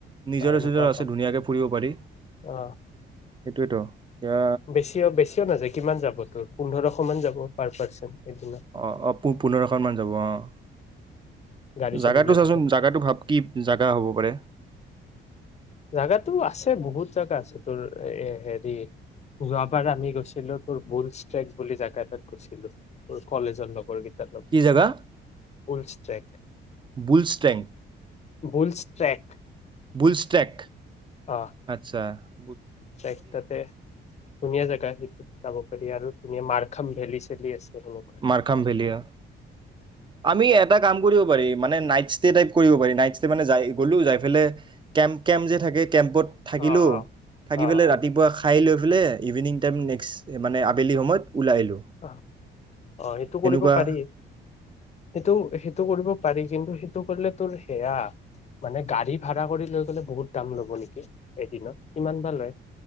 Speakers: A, on the right (about 25°); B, on the left (about 35°).
A: নিজৰে
B: বা এনেকুৱাও
A: চিজৰা আছে
B: পাম
A: ধুনীয়াকে ফুৰিব পাৰি সেইটোয়েতো
B: অ
A: ইয়াত
B: বেছিও - বেছিও নাযায় কিমান যাব তোৰ পোন্ধৰশ মান যাব পাৰ পাৰ্চন। এদিনত
A: অঁ', - অঁ ', প -পোন্ধৰখনমান যাব অঁ',
B: গাড়ী চাড়ী
A: যাগাটো
B: লৈ
A: চাচোন
B: গ'লে
A: জাগাটো ভাব কি জাগা হ'ব পাৰে।
B: জগাতো আছে বহুত জাগা আছে তোৰ এ', হেৰি যোৱাবাৰ আমি গৈছিলো তোৰ বুলচ ট্ৰেক বুলি জেগা এটাত গৈছিলো তোৰ কলেজৰ লগৰ কেইটা।
A: কি জাগা
B: বোলচ ট্ৰেক
A: বুলষ্টেং
B: বুলছ ট্ৰেক।
A: বোলচ ট্ৰেক
B: অ
A: আচ্ছা। কা ',
B: ট্ৰেক তাতে ধুনীয়া জোগা সেইটোত যাব। আৰু ধুনীয়া মাৰখাম ভেলি চলি আছে। সেনেকুৱা।
A: মাৰখাম ভেলীয়া আমি এটা কাম কৰিব পাৰি মানে নাইটচ ষ্টে টাইপ কৰিব পাৰি নাইট ষ্টে মানে যাই গলো যাই কেম্প - কেম্প যে থাকে কেম্পত।
B: অ
A: থাকিলো
B: অ
A: থাকি
B: অ
A: পেলাই
B: অ
A: ৰাতিপুৱা খাই লৈ বোলে ইভিনিং টাইম নেক্সট মানে আবেলি সময়ত, ওলাই আহিলোঁ
B: আঁহ ', অ', এইটো কৰিব
A: এনেকুৱা
B: পাৰি। সেইটো - সেইটো কৰিব পাৰি কিন্তু সেইটো কৰিলে তোৰ সেয়া মানে গাড়ী ভাৰা কৰি লৈ গলে বহুত দাম ল'ব নেকি, এদিনত কিমান বা লয়?